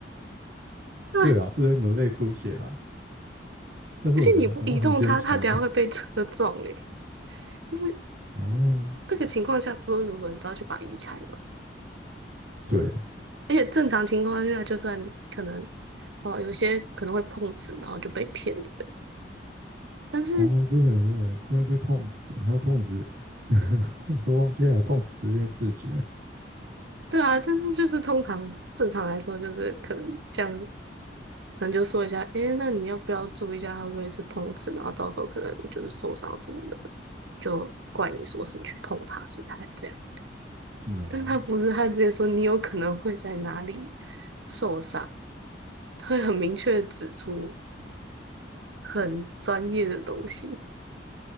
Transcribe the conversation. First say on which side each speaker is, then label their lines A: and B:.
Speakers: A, on the right; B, on the right.
A: 对，
B: 对啦，是在努力出血啦，但是我觉得阿嬷很坚强的。
A: 而且你不移动他，他等下会被车撞诶、就是
B: <laughs> 哦，
A: 这个情况下，不论如何你都要去把他移开嘛。
B: 对，
A: 而且正常情况下，就算可能，哦，有些可能会碰瓷，然后就被骗之类但是，
B: 哦对对，会被碰瓷，还有碰瓷，<laughs> 我都忘记还有碰瓷这件事情了。
A: 对啊，但是就是通常正常来说，就是可能这样，可能就说一下，诶，那你要不要注意一下，他会不会是碰瓷？然后到时候可能就是受伤什么的，就怪你说是你去碰他，所以他才这样。
B: No，
A: 但他不是，他直接说你有可能会在哪里受伤，他会很明确的指出很专业的东西。